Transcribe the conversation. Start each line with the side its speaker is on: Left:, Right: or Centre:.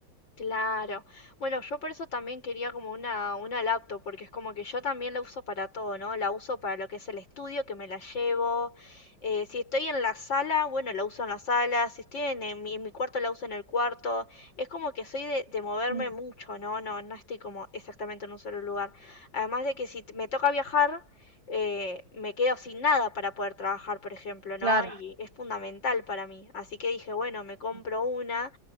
Left: Claro. Bueno, yo por eso también quería como una, una laptop, porque es como que yo también la uso para todo, ¿no? La uso para lo que es el estudio, que me la llevo. Eh, si estoy en la sala, bueno, la uso en la sala. Si estoy en, en mi, en mi cuarto, la uso en el cuarto. Es como que soy de, de moverme
Right: Mm,
Left: mucho, ¿no? No, no estoy como exactamente en un solo lugar. Además de que si t- me toca viajar, eh, me quedo sin nada para poder trabajar, por ejemplo, ¿no?
Right: claro.
Left: Y es fundamental para mí. Así que dije, bueno, me compro
Right: Mm.
Left: una.